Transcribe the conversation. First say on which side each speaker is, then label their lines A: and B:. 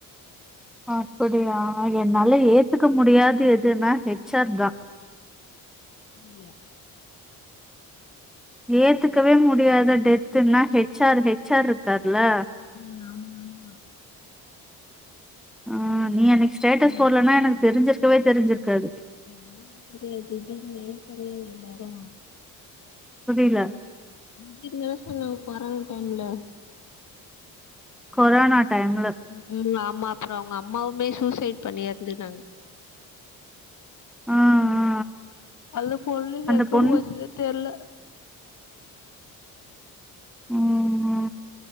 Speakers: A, in the centre; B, on the left.
A: அப்படியா என்னால ஏத்துக்க முடியாது எதுன்னா ஹெச் ஆர் தா
B: இல்ல
A: ஏத்துக்கவே முடியாத டெத்துனா ஹெச் ஆர் ஹெச் ஆர் இருக்கார்ல
B: ம் ஆமா ஆமா
A: ஆ நீ அன்னைக்கி ஸ்டேட்டஸ்
B: ஆ
A: போட்லனா எனக்கு தெரிஞ்சிருக்கவே தெரிஞ்சிருக்காது
B: என் அண்ணன் பசங்கள தூக்கிட்டு <unintelligible> பண்ணாங்க எல்லாரு
A: புரியல
B: <unintelligible> சொன்ன கொரோன டைம்ல
A: கொரோனா டைம்ல
B: ம் ம் ஆமா அப்புற அவுங்க அம்மாவுமே சூசைட் பண்ணி இறந்துட்டாங்க
A: ஆ ஆ
B: அந்த பொன்ணு
A: அந்த
B: எங்க
A: பொண்ணு
B: போச்சுனே தெர்ல
A: ம் ம்